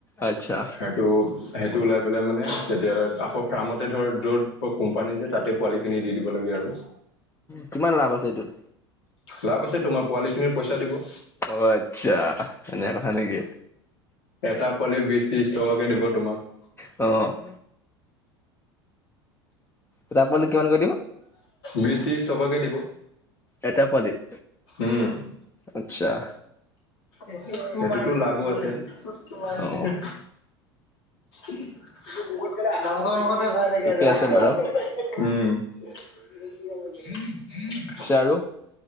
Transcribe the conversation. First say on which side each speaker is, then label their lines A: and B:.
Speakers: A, on the left; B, on the left.
A: আচ্ছা
B: সেইটো', সেইটো ওলাই পেলাই মানে তেতিয়া আকৌ ফাৰ্মতে ধৰ', য'ত বা কোম্পানী যে তাতে পোৱালি খিনি দি দিব লাগে আৰু',
A: কিমান লাভ আছে এইটোত?
B: লাভ আছে তোমাৰ, পোৱালিখিনিৰ পইচা দিব',
A: অ', আচ্ছা, এনেকে কথা নেকি?
B: এটা পোৱালি বিশ ত্ৰিশ টকাকে দিব তোমাক',
A: অহ', এটা পোৱালিত কিমানকে দিব?
B: বিশ ত্ৰিশ টকাকে দিব',
A: এটা পোৱালিত,
B: উম
A: আচ্ছা',
B: এ', চিঞৰ মাৰি, সেইটোতো লাভো আছে', চুতমাৰানি
A: অ
B: হে', উম', তোক বিহুত কেলা, যাওঁ', - যাওঁ', লগতে ঢেকিয়াল
A: ঠিকে
B: যাবি
A: আছে
B: কেলা
A: বাৰু
B: হিঃ-হিঃ-হিঃ', উম',
A: পিছে আৰু?